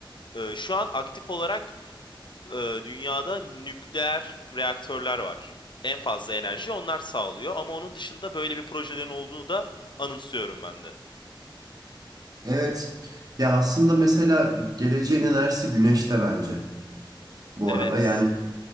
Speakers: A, on the left; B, on the right.
A: E, şu an aktif olarak e, dünyada nükleer reaktörler var. En fazla enerji onlar sağlıyor ama onun dışında böyle bir projelerin olduğunu da anımsıyorum ben de.
B: Evet. Ya aslında mesela geleceğin enerjisi güneşte bence bu
A: Evet,
B: arada. Yani